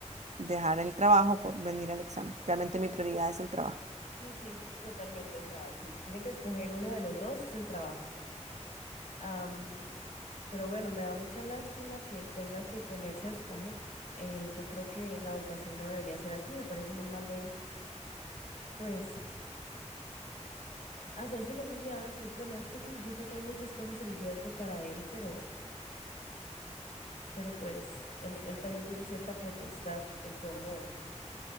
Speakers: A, on the right (about 65°); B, on the left (about 85°).
A: dejar el trabajo por venir al examen. Realmente mi prioridad es el trabajo.
B: sí, sí, totalmente. O sea, si tiene que escoger uno de los dos, es el trabajo. Am, pero bueno, me da mucha lástima que tenga que ponerse a escoger. Eh, yo creo que la educación no debería ser así, me parece muy mal de él. Pues hacérselo un día antes. Bueno, es que sí, yo sé que hay muchas cosas en riesgo para él, pero, pero pues él, él también tiene cierta potestad en cómo